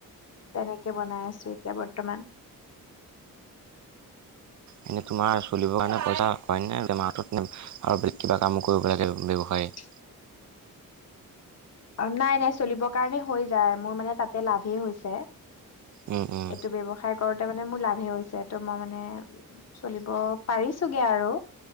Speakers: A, on the left; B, on the right.
A: তেনেকে বনাই আছে এতিয়া বৰ্তমান।
B: এনেই তোমাৰ চলিবৰ কাৰণে পইচা হয় নে তোমাৰ হাতত আৰু বেলেগ কিবা কামো কৰিব লাগে ব্যৱসায়ী।
A: <unintelligible> নাই নাই চলিবৰ কাৰণে হৈ যায় মোৰ মানে তাতে লাভেই হৈছে।
B: উম উম
A: এইটো ব্যৱসায় কৰোঁতে মানে মোৰ লাভে হৈছে ত' মই মানে উ চলিব পাৰিছোগে আৰু।